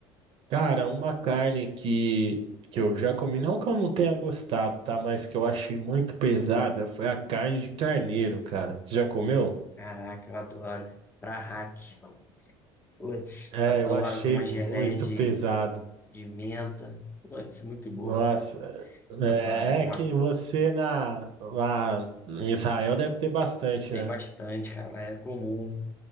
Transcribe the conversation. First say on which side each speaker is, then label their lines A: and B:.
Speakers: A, on the right (about 55°); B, on the left (about 20°).
A: Cara, uma carne que, que eu já comi, não que eu não tenha gostado, tá? Mas que eu achei muito pesada foi a carne de carneiro, cara. Já comeu?
B: Caraca, eu adoro. Prahak. Putz,
A: É,
B: adoro
A: eu achei
B: com uma
A: muito
B: geleia de,
A: pesada.
B: de menta. Putz, é muito boa,
A: Nossa,
B: cara.
A: é,
B: Agora, uma-
A: é que você na, lá em Israel deve ter bastante,
B: tem
A: né?
B: bastante, cara. Lá é comum.